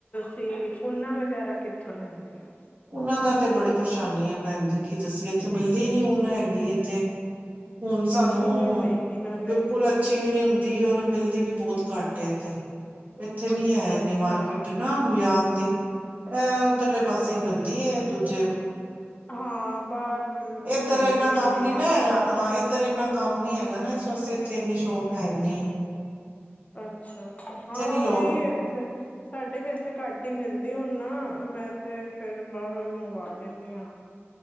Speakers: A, on the left; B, on the right.
A: ਅਤੇ ਉਹਨਾਂ ਵਗੈਰਾ ਕਿੱਥੋਂ ਲੈਂਦੇ ਹੋ।
B: ਉਹਨਾਂ ਦਾ ਤੇ ਬੜੀ ਪਰੇਸ਼ਾਨੀ ਹੈ, ਭੈਣ ਜੀ ਕੀ ਦੱਸੀ ਐ ਇੱਥੇ ਮਿਲਦੀ ਨੀ ਹੁਣ ਹੈ ਇੱਥੇ, ਹੁਣ
A: ਅੱਛੀ
B: ਸਾਨੂੰ
A: ਨੀ ਹੋਏਗੀ ਨਾਲੇ
B: ਬਿਲਕੁਲ ਅੱਛੀ ਐ ਨੀ ਹੁੰਦੀ ਔਰ ਮਿਲਦੀ ਵੀ ਬਹੁਤ ਘੱਟ ਇੱਥੇ ਇੱਥੇ
A: ਅੱਛਾ
B: ਨੀ ਹੈ ਇੰਨੀ
A: ਅੱਛਾ
B: ਮਾਰਕੀਟ ਨਾ ਹੁਜਾਨ ਦੀ ਇਹ ਉੱਧਰਲੇ ਪਾਸੇ ਸੀ ਮਿਲਦੀ ਹੈ ਦੂਜੇ,
A: ਹਾਂ ਬਾਹਰ ਲ-
B: ਏਧਰ
A: ਮਿਲਦੀ
B: ਇਨਾ
A: ਹੋਣੀ
B: ਕੰਮ ਨੀ
A: ਹੈ
B: ਨਾ ਹੈਗਾ ਹਾਂ ਇਧਰ ਇੰਨਾ ਕੰਮ ਨੀ ਹੈਗਾ। ਨਾ ਇਸ ਵਾਸਤੇ ਇਥੇ ਇਨੀ ਸ਼ੋਪ ਹੈਨੀ
A: ਅੱਛਾ ਅੱਛਾ ਹਾਂ
B: ਨੀ ਲੋਕ
A: ਉਹੀ ਇੱਥੇ, ਸਾਡੇ ਵੀ ਇੱਥੇ ਘੱਟ ਹੀ ਮਿਲਦੇ ਹੁਣ ਨਾ ਮੈਂ ਤੇ ਫੇਰ ਬਾਹਰੋਂ ਹੀ ਮੰਗਵਾ ਲੈਂਨੀ ਹਾਂ।